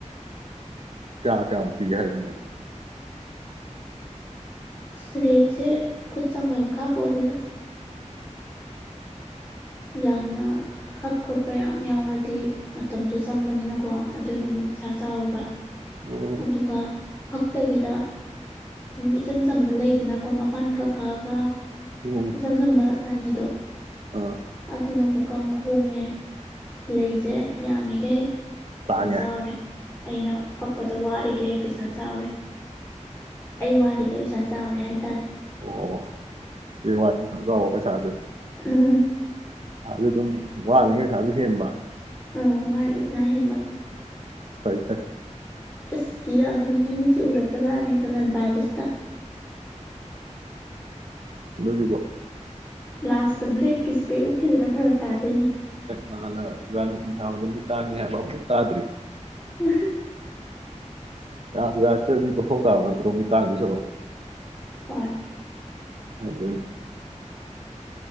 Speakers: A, on the right (about 55°); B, on the left (about 20°).
A: ꯀꯌꯥ ꯀꯌꯥ ꯎ ꯄꯤ ꯍꯥꯏ ꯃꯁ
B: ꯎ ꯔꯦꯠꯁꯦ ꯈꯨꯠ ꯆꯪꯕꯩ ꯃꯈꯥꯞ ꯐꯣꯂꯦꯗ ꯌꯥꯝꯅ ꯍꯛ ꯈꯣꯠꯄ ꯌꯥꯝ ꯌꯥꯎꯔꯗꯤ ꯃꯇꯝꯗꯣ ꯆꯪꯕꯅꯤꯅꯀꯣ ꯑꯗꯨꯅ ꯑꯃꯨꯛ ꯄꯩꯁꯥ ꯆꯥꯎꯋꯦꯕ
A: ꯑꯣ
B: ꯑꯗꯨꯒ ꯍꯛꯇꯕꯤꯗ ꯎꯝꯆ ꯆꯝꯕ ꯂꯩꯗꯅꯀꯣ ꯃꯄꯥꯟ ꯈꯛ ꯈꯛꯑꯒ
A: ꯎꯝ
B: ꯏꯆꯝ ꯆꯝꯕ ꯔꯥꯅꯤꯗꯣ
A: ꯑꯥ
B: <unintelligible> ꯀꯝ ꯍꯣꯡꯉꯦ ꯂꯩꯁꯦ ꯌꯥꯝꯃꯤꯈꯩ ꯄꯩꯁꯥ
A: ꯇꯥꯡꯉꯦ
B: ꯆꯥꯎꯔꯦ ꯑꯩꯅ ꯄꯗ ꯋꯥꯔꯤꯒꯦ ꯑꯩ ꯄꯩꯁꯥ ꯆꯥꯎꯔꯦ ꯋꯥꯔꯤꯈꯩ ꯍꯥꯏꯇꯥꯔꯦ
A: ꯑꯣ ꯁꯤ ꯋꯥ ꯆꯥꯎꯕ ꯄꯩꯁꯥꯁꯦ
B: ꯎꯃ
A: ꯑꯁꯥꯁꯨ ꯑꯗꯨꯝ ꯋꯥꯅꯤꯉ ꯑꯗꯨ ꯍꯕ
B: ꯑꯥ ꯋꯥꯔꯤꯒꯤ ꯑꯣꯖꯥ ꯍꯦꯟꯕ
A: ꯐꯩ ꯐꯩ
B: ꯀꯁ ꯀꯤꯔꯛꯑꯕꯅꯤꯅꯦ ꯃꯤꯠꯁꯦ ꯎꯔꯛꯇꯗꯥꯥꯅꯦ ꯇꯅꯟ ꯄꯥꯏꯕꯁꯤꯗ
A: ꯂꯗꯣꯖꯤꯕꯣ
B: ꯂꯥꯁꯇ ꯕ꯭ꯂꯦꯛꯀꯤ ꯄꯦꯛ ꯎꯞꯈꯤꯗꯅ ꯐꯔꯛ ꯇꯥꯗꯣꯏꯅꯦ
A: ꯅꯂ ꯎꯅꯤ ꯆꯥꯕꯗ ꯇꯥꯉꯤ ꯍꯥꯏꯕ ꯇꯥꯗ꯭ꯔꯤ
B: ꯎ
A: ꯌꯥ ꯌꯥꯔꯛꯇ꯭ꯔꯗꯤ ꯇꯣꯐꯣꯛ ꯇꯥꯕ ꯅꯠꯇ꯭ꯔꯣ ꯃꯤ ꯇꯥꯡꯗ ꯁꯔꯣ
B: ꯍꯣꯏꯣꯏ
A: ꯑꯗꯨ